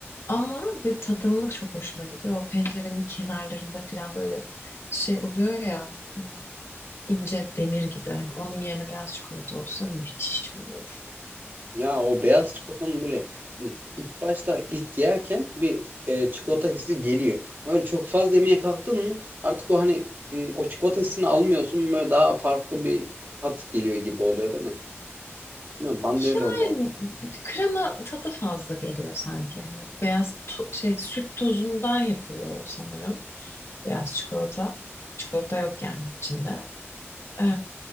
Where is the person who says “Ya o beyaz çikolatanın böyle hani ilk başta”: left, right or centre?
Right